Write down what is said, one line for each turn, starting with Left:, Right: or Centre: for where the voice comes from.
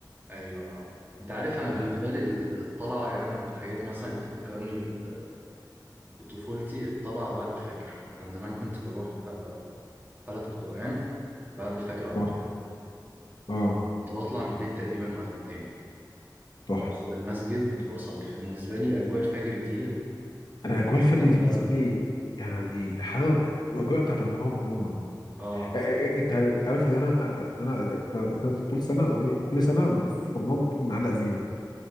Right: أيوه آه. أنت عارف أنا
Left: يعني
Right: بالنسبة لي الطلعة يعني أنا من الحاجات مثلا اللي بتفكرني ب- بطفولتي الطلعة بعد الفجر أنا زمان كنت بروح آه، حلقة قرآن بعد الفجر على
Left: اه
Right: طول
Left: اه
Right: كنت بطلع من البيت تقريبا مع الأذان
Left: تحفه
Right: ابصر المسجد واصلي فبالنسبه لي اجواء الفجر ديت
Left: انا اجواء
Right: خصوصاً
Left: الفرد دي
Right: بقى
Left: بالنسبه لي يعني حاجه الاجواء بتاعت رمضان عموما
Right: اه
Left: آه، آه، آه، انت انت عارف ان انا ان انا أنا طول سنه آه، كل سنه في رمضان بنعلق زينه